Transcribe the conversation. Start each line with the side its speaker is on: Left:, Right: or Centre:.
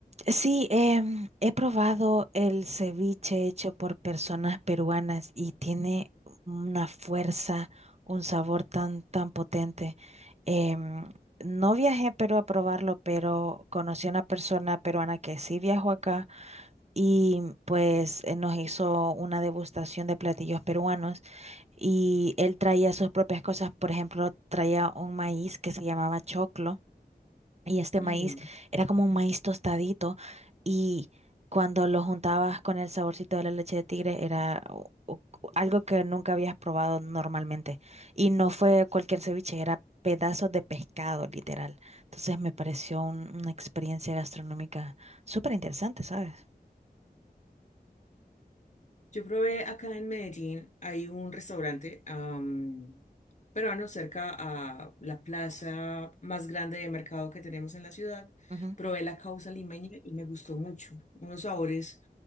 Right: Sí, em, he probado el ceviche hecho por personas peruanas y tiene una fuerza, un sabor tan, tan potente. Em, no viajé a Perú a probarlo, pero conocí a una persona peruana que sí viajó acá y pues eh, nos hizo una degustación de platillos peruanos y él traía sus propias cosas. Por ejemplo, traía un maíz que se llamaba choclo y este
Left: Mm.
Right: maíz era como un maíz tostadito y cuando lo juntabas con el saborcito de la leche de tigre era u- u- algo que nunca habías probado normalmente. Y no fue cualquier ceviche, era pedazos de pescado, literal. Entonces me pareció un- una experiencia gastronómica súper interesante, ¿sabes?
Left: Yo probé acá en Medellín, hay un restaurante am, peruano cerca a la plaza más grande de mercado que tenemos en la ciudad.
Right: Ujú.
Left: Probé la causa limeña y me gustó mucho. Unos sabores